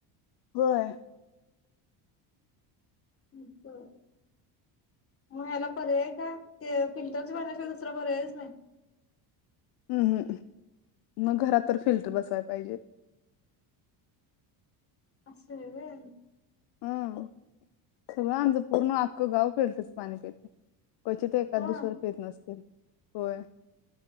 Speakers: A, on the left; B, on the left.
A: होय
B: हम्म बर होय मग याला पर्याय काय ते फिल्टरच्या पाण्याशिवाय दुसरा पर्यायच नाही
A: अंहह मग घरात तर फिल्टर बसवायला पाहिजे
B: असं आहे होय
A: हम सगळं आमचं पूर्ण अख्खं गाव फिल्टतच पाणी पितय क्वचित एखाद
B: होय
A: दुसऱ पित नसतील होय